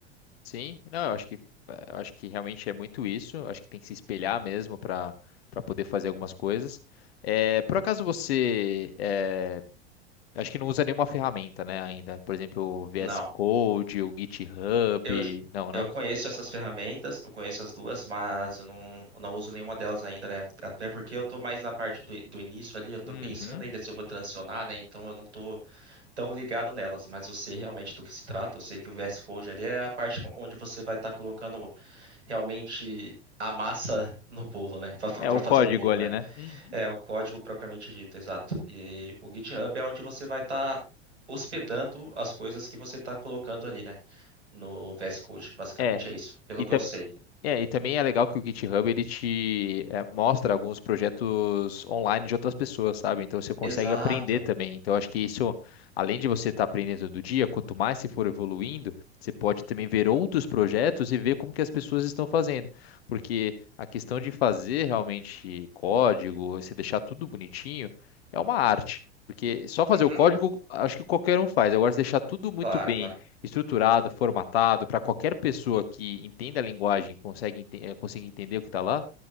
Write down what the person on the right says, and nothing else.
Não,
eu,
eu
conheço essas ferramentas, eu conheço as duas, mas eu não, eu não uso nenhuma delas ainda, né? Até porque eu tô mais na parte do, do início ali, eu tô
pensando ainda se eu vou transicionar, né? Então eu não tô tão ligado nelas, mas eu sei realmente do que se trata, eu sei que o VS Code ali é a parte onde você vai estar colocando realmente a massa no bolo, né? Para
fazer
o bolo,
né?
É o código propriamente dito, exato. E o GitHub é onde você vai estar hospedando as coisas que você está colocando ali, né? No VS Code, basicamente
é isso, pelo
que
eu sei.
Exato.
Uhum.
Claro,
claro.